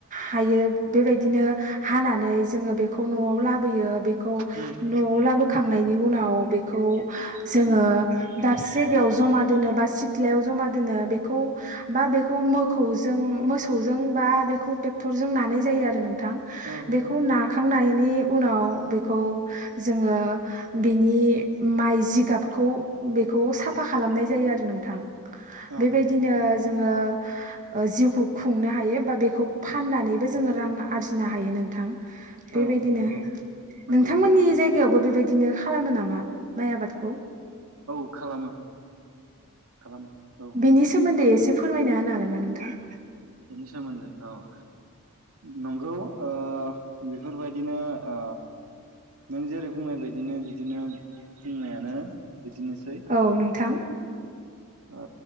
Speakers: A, on the right; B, on the right.
A: हायो बेबायदिनो हाना नै जोंङो बेखौ न'आव लाबोयो बेखौ
B: उम
A: न'आव लाबो खांनायनि उनाव बेखौ जोंङो
B: उम
A: दाबसे जायगायाव जमा दोनो बा सिथ्लायाव जमा दोनो बेखौ बा बे मोखौजों मोसौजों बा बेखौ ट्रेक्टरजों नानाय जायो आरो नोंथां
B: औ
A: । बेखौ नाखांनायनि उनाव बेखौ जोंङो बिनि मा आइ जिगाबखौ बेखौ साफा खालामनाय जायो आरो नोंथां ।
B: औ
A: बेबायदिनो जोंङो ओ जिउखौ खुंनो हायो बा बेखौ फाननानैबो जोंङो रां रां आरजिनो हायो नोंथां
B: औ
A: बेबायदिनो
B: नंगौ नंगौ
A: नोंथांमोननि जायगायावबो बेबायदिनो खालामो नामा माइ आबादखौ?
B: औ खालामो खालामो औ ।
A: बिनि सोमोन्दै एसे फोरमायना होनो हागोन ना नोंथां?
B: बिनि सोमोन्दै औ । नंगौ ओ बेफोरबायदिनो ओ नों जेरै बुंनाय बायदिनो बिदिनो बुंनायानो बिदिनोसै
A: औ नोंथां ।
B: ओ